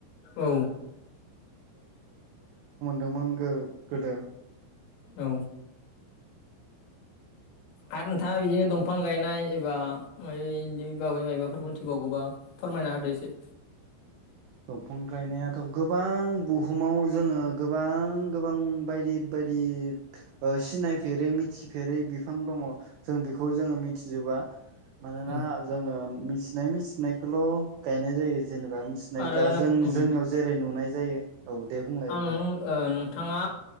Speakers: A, on the left; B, on the right.
A: औ।
B: दोंमोन गो गोदो।
A: औ आरो नोंथाङा बिदिनो दंफां गायनाय एबा मनि बाबै माबाबो मिथिबावगौबा फोरमायना होदो एसे
B: दंफां गायनायाथ' गोबां बुहुमाव जोङो गोबां गोबां बायदि-बायदि। ओ सिनायफेरै मि सिफेरै बिफां दङ जों बेखौ जोङो मिथिजोबा। मानोना
A: औ
B: जोङो‌ मिथिनाय मिथिनायखौल' गायनाय जायो जेनेबा। नै
A: आरो
B: दा जों
A: उम
B: जोंनियाव जेरै नुनाय जायो। औ दे बुंलाय
A: आं
B: नोंथां
A: नोंनाव ओ नोंथां <unintelligible> ङा